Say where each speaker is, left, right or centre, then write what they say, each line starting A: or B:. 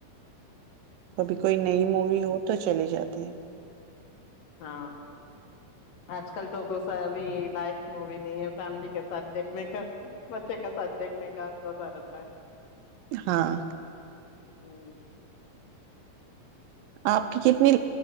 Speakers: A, on the right; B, on the left.
A: کبھی کوئی نئی مووی ہو تو چلے جاتا ت
B: ہاں آج کل تو بھی لائف م بھیی نہیں ہے فیملی کے ساتھ دیکھنے کا بچے کا ساتھ دیکھنے کا کو سا رہتا ہے
A: ہاں
B: ہوں
A: آپ کی کتنی